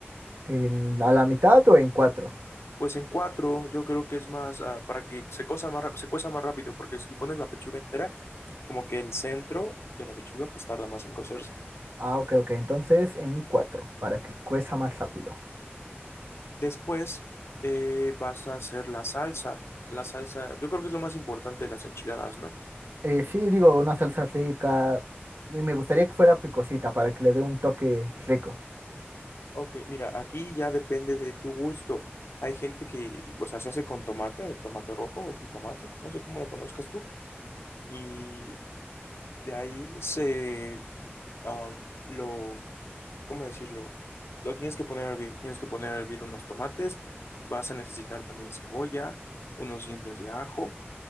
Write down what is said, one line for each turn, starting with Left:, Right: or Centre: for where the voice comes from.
Right: ¿En, a la mitad o en cuatro?
Left: Pues en cuatro yo creo que es más ah, para que se cosa más, ra- se cueza más rápido, porque si pones la pechuga entera, como que el centro de la pechuga pues tarda más en cocerse.
Right: Ah, ok, ok. Entonces, en cuatro, para que cueza más rápido.
Left: Después eh, vas a hacer la salsa. La salsa, yo creo que es lo más importante de las enchiladas, ¿no?
Right: Eh, sí, digo, una salsa rica. Y me gustaría que fuera picosita, para que le dé un toque rico.
Left: Ok, mira, aquí ya depende de tu gusto. Hay gente que, o sea, se hace con tomate, el tomate rojo o jitomate, no sé cómo lo conozcas tú. Y de ahí se am, lo ¿cómo decirlo? Lo tienes que poner a hervir, tienes que poner a hervir unos tomates, vas a necesitar también cebolla, unos dientes de ajo,